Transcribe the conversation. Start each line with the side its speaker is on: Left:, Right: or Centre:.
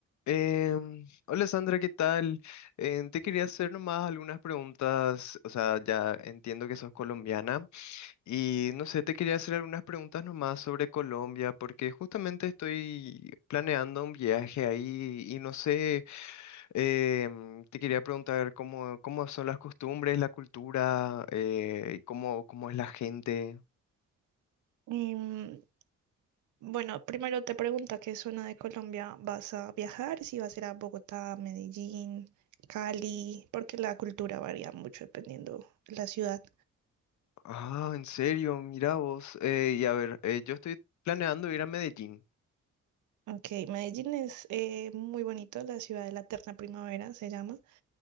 Left: Em, hola Sandra, ¿qué tal? Em, te quería hacer nomás algunas preguntas, o sea, ya entiendo que sos colombiana y no sé, te quería hacer algunas preguntas nomás sobre Colombia porque justamente estoy planeando un viaje ahí y no sé, em, te quería preguntar cómo, cómo son las costumbres, la cultura, eh, y cómo, cómo es la gente.
Right: Y mm, bueno, primero te pregunta qué zona de Colombia vas a viajar, si vas a ir a Bogotá, Medellín, Cali, porque la cultura varía mucho dependiendo la ciudad.
Left: Ah, en serio, mira vos. Eh, y a ver, eh, yo estoy planeando ir a Medellín.
Right: Ok, Medellín es eh, muy bonito, la ciudad de la eterna primavera se llama,